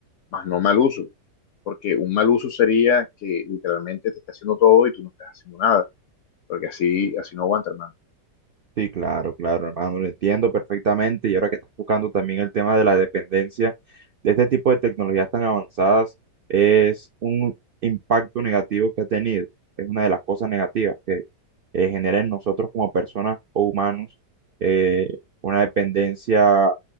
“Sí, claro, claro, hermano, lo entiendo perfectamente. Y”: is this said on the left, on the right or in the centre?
Right